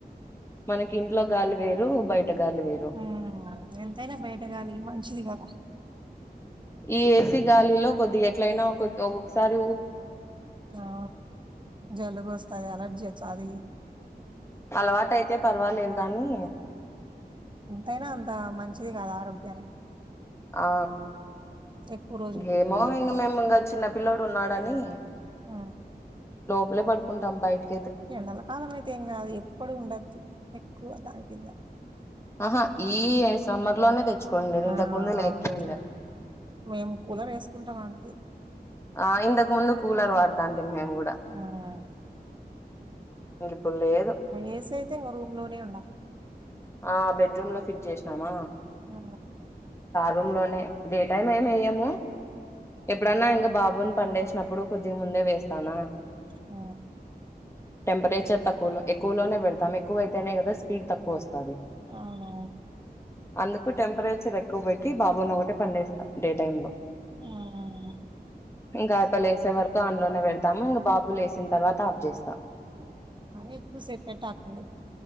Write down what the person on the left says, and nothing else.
మనకి ఇంట్లో గాలి వేరు బయట గాలి వేరు
ఈ ఏసీ గాలిలో కొద్దిగా ఎట్లయినా ఒకరితో ఒకసారి
అలవాటు అయితే పర్వాలేదు గానీ
ఆ
ఇంకేమో
ఇంగ మేం ఉండం చిన్న పిల్లడున్నాడని
లా పడుకుంటాం బయటికి
ఆహా ఈ సమ్మర్ లోనే తెచ్చుకోంసడిద్ది ఇంతకు
ముందు లేకపోయిండే
ఆ ఇంతకు ముందు కూలర్ వాడతాంటిమి మేము కూడా
ఇంక ఇప్పుడు లేదు
ఆ బెడ్రూమ్ లో ఫిట్ చేసినామా
రూం లోనే డే టైం ఏం ఏయ్యాం
ఎప్పుడన్నా ఇంగ బాబు పండేసినప్పుడు కొద్దిగా ముందే వేస్తానా
టెంపరేచర్ తక్కువలో ఎక్కువలోనే పెడతాం ఎక్కువ ఐతేనే కదా స్పీడ్ తక్కువ వస్తాది
అందుకు టెంపరేచర్ ఎక్కువ పెట్టి బాబుని ఒకటే పండేస్తాం డే టైమ్ లో
ఇంకా అయ్యప్ప లేసేవరకు అన్ లో నే పెడుత తం ఇంక బాబు లేసిన తర్వాత ఆఫ్ చేస్తా